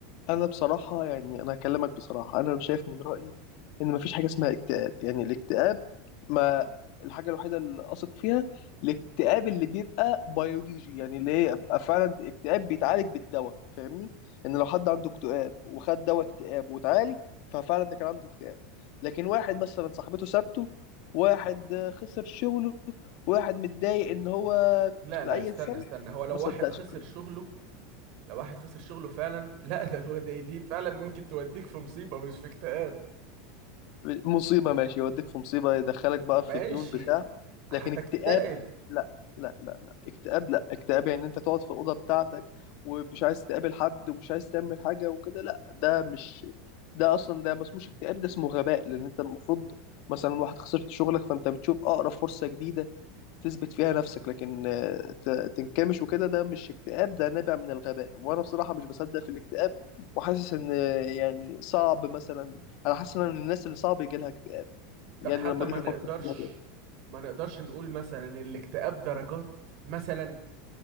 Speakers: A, on the left; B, on the right.
A: انا بصراحه يعني انا هكلمك بصراحه انا شايف من رايي ان مفيش حاجه اسمها اكتئاب يعني الاكتئاب ما الحاجه الوحيده اللي اثق فيها الاكتئاب اللي بيبقى بيولوجي يعني اللي هي يبقى فعلا اكتئاب بيتعالج بالدواء فاهمني يعني لو حد عنده اكتئاب وخد دواء اكتئاب واتعالج ففعلا ده كان عنده اكتئاب لكن واحد مثلا صاحبته سابته واحد خسر شغله واحد متضايق ان هو
B: لا
A: لاي
B: لا استنى
A: سبب
B: استنى هو لو
A: ما صدقش
B: واحد خسر شغله لو واحد خسر شغله فعلا <laughs> لا ده هو- ده- دي فعلا ممكن توديك في مصيبة مش في اكتئاب
A: مصيبة ماشي يوديك في مصيبة يدخلك بقى
B: ماشي
A: في ديون بتاع
B: هتكتئب
A: لكن اكتئاب لا لا لا لا اكتئاب لا اكتئاب يعني انت تقعد في الأوضة بتاعتك ومش عايز تقابل حد ومش عايز تعمل حاجة وكده لا ده مش ده اصلا ده ما اسموش اكتئاب ده اسمه غباء لان انت المفروض مثلا واحد خسرت شغلك فانت بتشوف اقرب فرصة جديدة تثبت فيها نفسك لكن آه، ت- تنكمش وكده ده مش اكتئاب ده نابع من الغباء وانا بصراحة مش بصدق في الاكتئاب وحاسس ان آه، يعني صعب مثلا انا حاسس ان أنا من الناس اللي صعب يجي لها اكتئاب
B: طب
A: يعني
B: حتى
A: لما
B: ما
A: جيت افكر
B: نقدرش
A: في الموضوع
B: ما نقدرش نقول مثلا ان الاكتئاب درجات مثلا